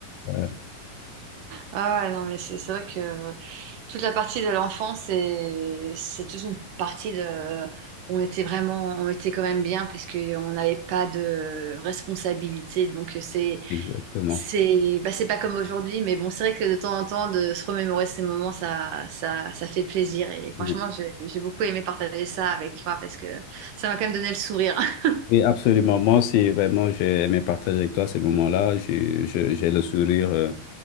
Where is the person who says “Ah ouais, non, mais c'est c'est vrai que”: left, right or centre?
Right